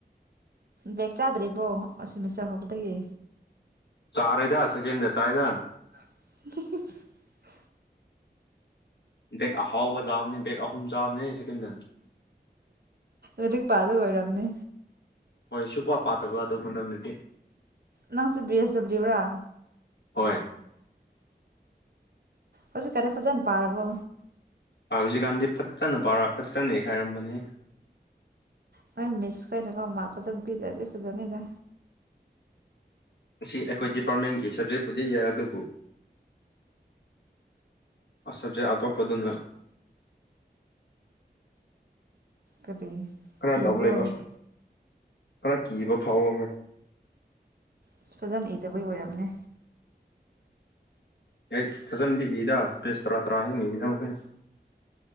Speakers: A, on the right; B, on the left.
A: ꯕꯦꯦꯛ ꯆꯥꯗ꯭ꯔꯤꯕꯣ ꯁꯤꯦꯃꯤꯁꯇꯔ ꯍꯧꯕꯗꯒꯤ
B: ꯆꯥꯔꯗ ꯁꯦꯀꯦꯟꯗ ꯆꯥꯗ
A: <unintelligible>
B: ꯕꯦꯛ ꯑꯍꯥꯎꯕ ꯆꯥꯕꯅꯦ ꯕꯦꯛ ꯑꯍꯨꯝ ꯆꯥꯕꯅꯦ ꯁꯦꯀꯦꯟꯗ
A: ꯑꯗꯨ ꯄꯥꯗ ꯑꯣꯏꯔꯝꯅꯤ
B: ꯍꯣꯏ ꯁꯨꯄ ꯄꯥꯠꯇꯒꯣ ꯑꯗꯨ ꯄꯝꯗꯨꯗꯤ
A: ꯅꯪ ꯤ ꯑꯦꯁꯕ꯭ꯂꯤꯨꯔ
B: ꯍꯣꯏ
A: ꯑꯣꯁꯨ ꯀꯅꯦ ꯄꯖꯅ ꯄꯥꯔꯔꯕꯣ
B: ꯍꯧꯖꯤꯛꯀꯥꯟꯗꯤ ꯐꯠꯇꯅ ꯄꯥꯎꯔꯥ ꯐꯠꯇꯅ ꯏꯈꯥꯏꯔꯝꯕꯅꯤ
A: ꯅꯣꯏ ꯃꯤꯁ ꯀꯩꯅꯀꯣ ꯃꯥ ꯐꯖꯅ ꯄꯤꯗ꯭ꯔꯗꯤ ꯐꯖꯅꯤꯗ
B: ꯑꯁꯤ ꯑꯩꯈꯣꯏ ꯗꯤꯄꯥꯔꯠꯃꯦꯟꯒꯤ ꯁꯕꯖꯦꯛꯕꯨꯗꯤ ꯌꯥꯏ ꯑꯗꯨꯕꯨ ꯁꯕꯖꯦꯛ ꯑꯇꯣꯞꯄꯗꯨꯅ
A: ꯀꯔꯤ
B: ꯈꯔ
A: ꯀꯤꯕ꯭ꯔꯣ
B: ꯗꯥꯎ ꯂꯩꯕ ꯈꯔ ꯀꯤꯕ ꯐꯥꯎꯕꯍꯣꯢ
A: ꯑꯁ ꯐꯖꯅ ꯏꯗꯕꯩ ꯑꯣꯏꯔꯝꯅꯤ
B: ꯑꯩꯁ ꯐꯖꯅꯗꯤ ꯏꯗ ꯄꯤꯁ ꯇꯔꯥ ꯇꯔꯥ ꯍꯦꯟꯅ ꯏꯅ <unintelligible>